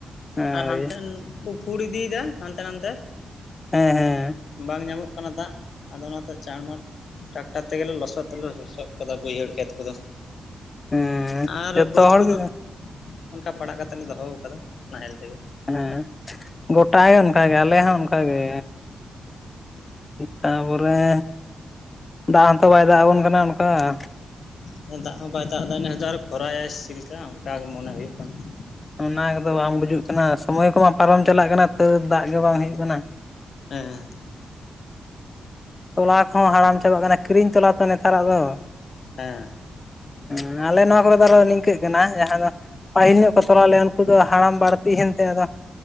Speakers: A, on the left; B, on the left.
A: ᱦᱳᱭ
B: ᱟᱨ ᱦᱟᱱᱛᱮᱱ ᱠᱚ ᱯᱩᱲ ᱤᱫᱤᱭᱫᱟ ᱦᱟᱱᱛᱮ ᱱᱟᱱᱛᱮ᱾
A: ᱦᱮᱸ ᱦᱮᱸ᱾
B: ᱵᱟᱝ ᱧᱟᱢᱚᱜ ᱠᱟᱱᱟ ᱫᱟᱜ ᱟᱫᱚ ᱚᱱᱟᱛᱮ ᱪᱟᱬᱢᱟᱬ ᱴᱨᱟᱠᱴᱟᱨ ᱛᱮᱜᱮᱞᱮ ᱞᱚᱥᱚᱫ ᱫᱚᱞᱮ ᱞᱚᱥᱚᱫ ᱠᱟᱫᱟ ᱵᱟᱹᱭᱦᱟᱹᱲ ᱠᱷᱮᱛ ᱠᱚᱫᱚ᱾
A: ᱦᱮᱸ
B: ᱟᱨ
A: ᱡᱚᱛᱚ
B: ᱵᱟᱹᱫᱽ
A: ᱦᱚᱲ
B: ᱠᱚᱫᱚ
A: ᱜᱮ
B: ᱚᱱᱠᱟ ᱯᱟᱲᱟᱜ ᱠᱟᱛᱮ ᱞᱮ ᱫᱚᱦᱚᱣ ᱠᱟᱫᱟ ᱱᱟᱦᱮᱞ ᱛᱮᱜᱮ᱾
A: ᱦᱮᱸ ᱜᱚᱴᱟ ᱜᱮ ᱚᱱᱠᱟᱜᱮ ᱟᱞᱮ ᱦᱚᱸ ᱚᱱᱠᱟᱜᱮ᱾
B: <inaudible>
A: ᱛᱟᱯᱚᱨᱮ ᱫᱟᱜ ᱦᱚᱸ ᱛᱚ ᱵᱟᱭ ᱫᱟᱜ ᱟᱵᱚᱱ ᱠᱟᱱᱟ ᱚᱱᱠᱟ ᱾
B: ᱦᱮᱸ ᱫᱟᱜ ᱦᱚᱸ ᱵᱟᱭ ᱫᱟᱜ ᱮᱫᱟ ᱱᱮᱥ ᱫᱚ ᱟᱨᱚ ᱠᱷᱚᱨᱟᱭᱟᱭ ᱥᱤ ᱪᱮᱫ ᱞᱮᱠᱟ ᱚᱱᱠᱟ ᱜᱮ ᱢᱚᱱᱮ ᱦᱩᱭᱩᱜ ᱠᱟᱱᱟ ᱾
A: ᱚᱱᱟ ᱜᱚᱫᱚ ᱵᱟᱝ ᱵᱩᱡᱩᱜ ᱠᱟᱱᱟ, ᱥᱚᱢᱚᱭ ᱠᱚᱢᱟ ᱯᱟᱨᱚᱢ ᱪᱟᱞᱟᱜ ᱠᱟᱱᱟ ᱛᱟᱹᱣ ᱫᱟᱜ ᱜᱮ ᱵᱟᱝ ᱦᱩᱭᱩᱜ ᱠᱟᱱᱟ ᱾
B: ᱦᱮᱸ ᱾
A: ᱛᱚᱞᱟ ᱠᱚᱦᱚᱸ ᱦᱟᱲᱟᱢ ᱪᱟᱵᱟᱜ ᱠᱟᱱᱟ ᱠᱤᱨᱤᱧ ᱛᱚᱞᱟ ᱛᱚ ᱱᱮᱛᱟᱨᱟᱜ ᱫᱚ ᱾
B: ᱦᱮᱸ ᱾
A: ᱦᱮᱸ ᱟᱞᱮ ᱱᱚᱣᱟ ᱠᱚᱨᱮ ᱫᱚ ᱟᱨᱚ ᱱᱤᱝᱠᱟᱹᱜ ᱤᱱᱟᱹᱜ ᱡᱟᱦᱟᱸ ᱫᱚ ᱯᱟᱹᱦᱤᱞ ᱧᱚᱜ ᱠᱚ ᱛᱚᱞᱟ ᱞᱮᱜᱼᱟ ᱩᱱᱠᱩ ᱫᱚ ᱦᱟᱲᱟᱢ ᱵᱟᱹᱲᱛᱤ ᱮᱱᱛᱮ ᱟᱫᱚᱼᱼ